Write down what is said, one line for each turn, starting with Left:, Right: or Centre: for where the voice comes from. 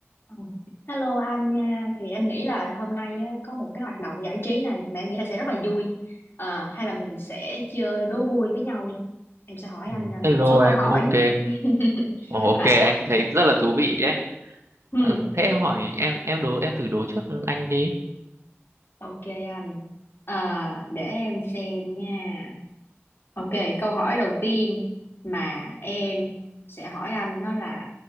Left: Ừ. Hello anh nha, thì em nghĩ là hôm nay á, có một cái hoạt động giải trí này mà em nghĩ là sẽ rất là vui. Ờ, hay là mình sẽ chơi đố vui với nhau đi. Em sẽ hỏi
Right: Ừ,
Left: anh à,
Right: Hello
Left: một số câu
Right: em,
Left: hỏi.
Right: ok.
Left: <laughs>
Right: Ồ, ok,
Left: Và
Right: anh thấy rất là thú vị đấy.
Left: hmm,
Right: Ừ, thế em hỏi em em đố em thử đố trước anh đi.
Left: ok anh. À, để em xem nha. Ok, câu hỏi đầu tiên mà em sẽ hỏi anh nó là